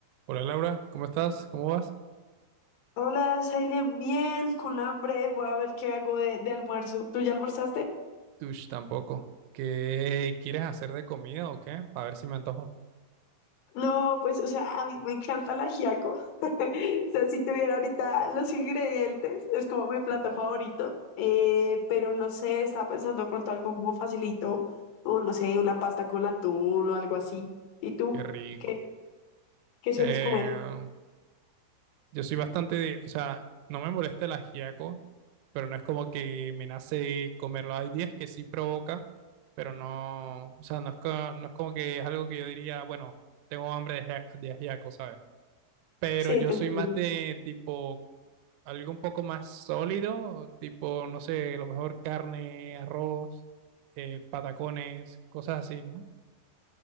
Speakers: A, on the right (about 80°); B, on the left (about 70°).
A: Hola Laura, ¿cómo estás? ¿Cómo vas?
B: Hola, Silent, bien, con hambre, voy a ver qué hago de, de almuerzo. ¿Tú ya almorzaste?
A: Tush, tampoco. ¿Qué quieres hacer de comida o qué? A ver si me antojo.
B: No, pues, o sea, a mí me encanta el ajiaco. <laughs> O sea, si tuviera ahorita los ingredientes, es como mi plato favorito. Eh, pero no sé, estaba pensando de pronto algo como facilito, o no sé, una pasta con atún o algo así. ¿Y tú?
A: Qué rico.
B: ¿Qué, qué sueles
A: Eh,
B: comer?
A: yo soy bastante de, o sea, no me molesta el ajiaco, pero no es como que me nace comerlo. Hay días que sí provoca, pero no, o sea, no es, co- no es como que es algo que yo diría, bueno, tengo hambre de, ajia- de ajiaco, ¿sabes? Pero
B: Sí,
A: yo
B: te
A: soy
B: entiendo.
A: más de tipo algo un poco más sólido, tipo, no sé, a lo mejor carne, arroz, eh, patacones, cosas así, ¿no?